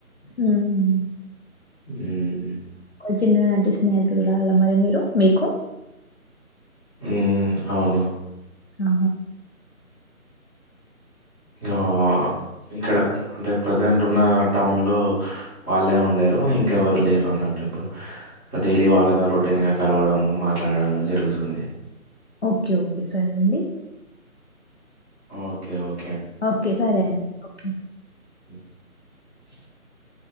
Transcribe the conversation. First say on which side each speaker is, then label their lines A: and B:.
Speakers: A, on the left (about 50°); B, in the centre.
A: హ్మ్
B: హ్మ్.
A: చిన్న నాటి స్నేహితులరా మరి మీరు మీకు
B: హు అవును.
A: ఆ
B: ఆ ఇక్కడ అంటే ప్రజెంట్ ఉన్న టౌన్ లో హలో వాళ్ళే ఉండెరు ఇం ఇంకె ఎవరు లేరు అన్నటప్పుడు డైలీ వాాలా రోటీన్గా కలవడము మాట్లాడడము జరుగుతుంది
A: ఓకే ఓకే సరే అండి
B: ఓకే ఓకే
A: ఓకే సరే అండి ఒకే
B: <inaudible>
A: <inaudible>